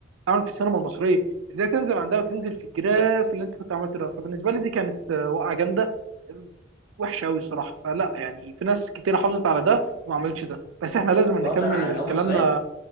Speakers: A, on the right; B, on the left.
A: عمل في السينما المصريه ازاي تنزل عندها وتنزل في الجراف اللي انت كنت عملته ده فبالنسبه لي دي كانت آه، وقعه جامده وحشه قوي الصراحه فلا يعني في ناس كتير حافظت على ده وما عملتش ده بس احنا لازم نكمل
B: ردا على اول
A: كلامنا
B: سؤال